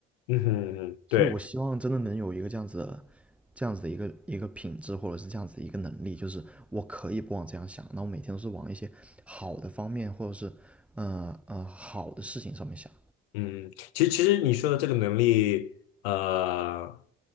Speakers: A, on the left; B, in the centre.
A: 嗯哼嗯哼，对。
B: 所以我希望真的能有一个这样子的。这样子的一个一个品质，或者是这样子的一个能力，就是我可以不往这样想，那我每天都是往一些好的方面，或者是呃呃好的事情上面想。
A: 嗯，其实其实你说的这个能力，呃，